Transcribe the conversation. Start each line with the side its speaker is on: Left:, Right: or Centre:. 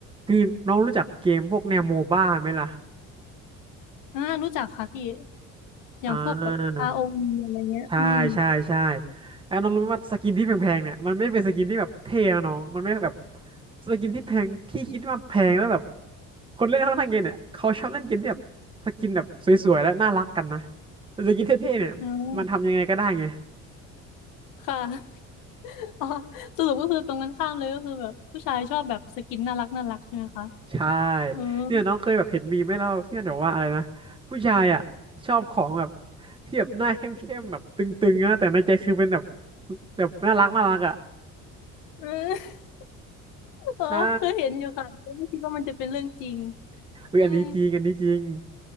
Right: คือน้องรู้จักเกมพวกแนวโมบ้าไหมล่ะ
Left: อ่ารู้จักค่ะพี่ อย่างพวกแบบ
Right: อ่า
Left: ROV อวีอะไรเงี้ย
Right: ใช่ใช่ใช่
Left: อืม
Right: ไอ้น้องรู้ไหมว่าสกินที่แพงๆเนี่ยมันไม่เป็นสกินที่แบบเท่นะน้องมันไม่แบบสกินที่แพงที่คิดว่าแพงแล้วแบบคนเล่นค่อนข้างเกมเนี่ยเขาชอบเล่นเกมที่แบบสกินแบบสวยๆและน่ารักกันนะแต่สกินเท่ๆเนี่ยมันทำยังไงก็ได้ไง
Left: อ๋อค่ะ <laughs> อ๋อ สรุปก็คือตรงกันข้ามเลยก็คือแบบผู้ชายชอบแบบสกินน่ารักน่ารักใช่ไหมคะ
Right: ใช่
Left: อืม
Right: เนี่ยน้องเคยแบบเห็นมีมไหมแล้วที่มันบอกว่าอะไรนะผู้ชายอ่ะชอบของแบบที่แบบหน้าเข้มๆแบบตึงๆนะแต่ในใจคือเป็นแบบแบบน่ารักน่ารักอ่ะ
Left: เอืม <laughs> อ๋อ
Right: ใช่
Left: เคยเห็นอยู่ค่ะแต่ก็ไม่คิดว่ามันจะเป็นเรื่องจริง
Right: เฮ้ยอันนี้จริงอันนี้จริง
Left: อืม